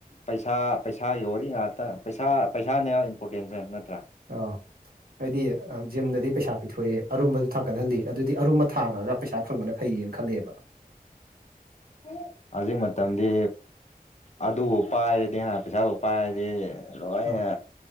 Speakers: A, on the left; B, on the right.
A: ꯄꯩꯁꯥ ꯄꯩꯁꯥ ꯌꯣꯔꯤ ꯉꯥꯛꯇ ꯄꯩꯁꯥ ꯄꯩꯁꯥꯅꯦꯕ ꯏꯝꯄꯣꯔꯇꯦꯟꯁꯦ ꯅꯠꯇ꯭ꯔꯥ
B: ꯑꯥ ꯍꯥꯏꯗꯤ ꯖꯤꯝꯗꯗꯤ ꯄꯩꯁꯥ ꯄꯤꯊꯣꯛꯑꯦ ꯑꯔꯨꯝꯕꯗꯨ ꯊꯥꯡꯒꯠꯍꯜꯂꯤ ꯑꯗꯨꯗꯤ ꯑꯔꯨꯝꯕ ꯊꯥꯡꯉꯒ ꯄꯩꯁꯥ ꯐꯪꯕꯅ ꯐꯩꯌꯦꯅ ꯈꯜꯂꯦꯕ
A: ꯎꯝ ꯍꯧꯖꯤꯛ ꯃꯝꯗꯤ ꯑꯗꯨꯕꯨ ꯄꯥꯏꯔꯗꯤ ꯍꯥꯟ ꯄꯩꯁꯥꯕꯨ ꯄꯥꯏꯔꯗꯤ ꯂꯣꯏꯅ
B: ꯑꯧ